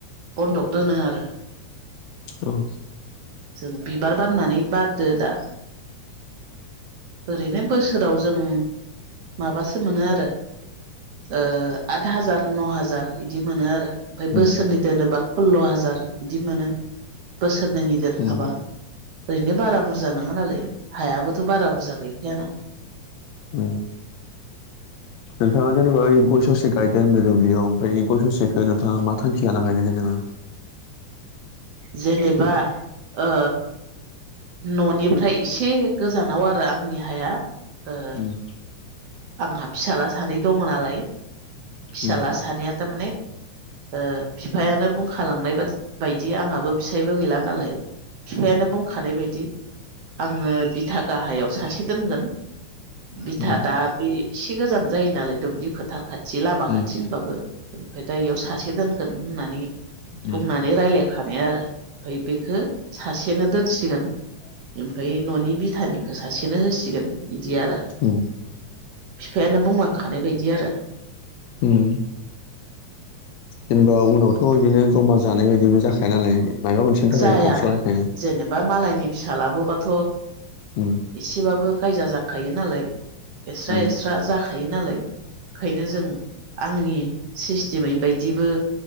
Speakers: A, on the right; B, on the left.
A: बन्दक दोनो आरो।
B: औ
A: जों बिबार बारनानै बारदो दा ओरैनो बोसोराव जों माबासो मोनो आरो ओ आद हाजार न हाजार इदि मोनो आरो ओमफ्राय
B: उम
A: बोसोरनै दोनोबा सल्ल' हाजार बिदि मोनो बोसोरनैनि दोनखाबा।
B: उम
A: ओरैनो बारा बुरजा नङा नालाय हायाबोथ' बारा बुरजा गैखायाना।
B: उम नोंथाङा जेनेबा ओय गय ससे गायदों होनदो दुब्लियाव ओमफ्राय इ गय ससेखौ नोंथाङा मा थांखि लाना गायनाय जेनेबा?
A: जेनेबा ओ न'निफ्राय एसे गोजानाव आरो आंनि हाया ओ
B: उम
A: आंहा फिसाला सानै दङ नालाय फिसाला
B: उम
A: सानैया थारमाने ओ फिफायानो बुंखालांनाय बादि बायदि आंहाबो फिसायबो गैला नालाय फिफायानो बुंखानाय बायदि आङो बिथा गाहायाव सासे दोनगोन बिथा
B: उम
A: दा बे इसे गोजान जायो नालाय दुब्लि फोथार खाथि लामा
B: उम
A: खाथि होनबाबो ओमफाय दा इयाव सासे दोनगोन होननानै
B: उम
A: बुंनानै रायजलायखानाय आरो ओमफ्राय बेखौ सासेनो दोनसिगोन ओमफ्राय न'नि बिथानिखौ सासेनो होसिगोन बिदि आरो।
B: उम
A: फिफायानो बुंलांखानाय बायदि आरो।
B: उम होमबा उनावथ' बिदिनो जमा जानाय बायदिबो जाखाया नालाय मायबा मोनसेनि थाखाय
A: जाया
B: गावस्रलायखायो
A: जेनेबा मालायनि फिसालाबोबाथ'
B: उम
A: एसेबाबो गायजा जाखायो नालाय एस्रा
B: उम
A: एस्रा जाखायो नालाय ओंखायनो जों आंनि सिस्टेमै बायदिबो